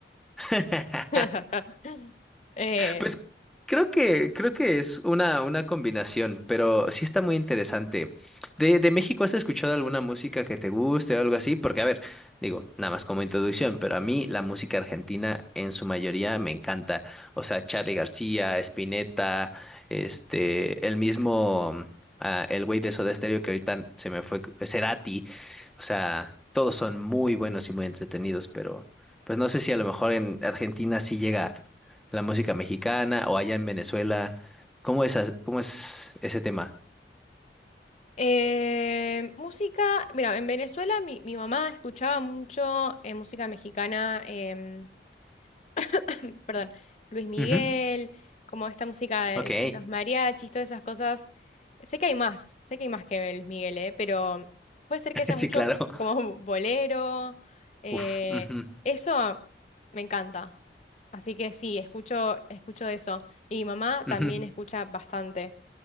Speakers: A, in the centre; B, on the left.
A: <laughs>
B: <laughs> Eh,
A: Pues creo que, creo que es una, una combinación, pero sí está muy interesante. De, de México, ¿has escuchado alguna música que te guste o algo así? Porque, a ver, digo, nada más como introducción, pero a mí la música argentina en su mayoría me encanta. O sea, Charly García, Spinetta, este, el mismo, ah, el güey de Soda Stereo que ahorita se me fue, Cerati. O sea, todos son muy buenos y muy entretenidos, pero pues no sé si a lo mejor en Argentina sí llega la música mexicana o allá en Venezuela. ¿Cómo es, as- cómo es ese tema?
B: Eh, música, mira, en Venezuela mi, mi mamá escuchaba mucho eh, música mexicana, em, <coughs> <clears throat> perdón, Luis Miguel,
A: Ujú,
B: como esta música de
A: Ok,
B: los mariachis, todas esas cosas. Sé que hay más, sé que hay más que Luis Miguel, eh, pero puede ser que
A: <laughs>
B: haya
A: sí,
B: mucho
A: claro.
B: como <laughs> bolero. eh,
A: Uf, ujú,
B: eso me encanta. Así que sí, escucho, escucho eso. Y mi mamá también
A: ujú,
B: escucha bastante.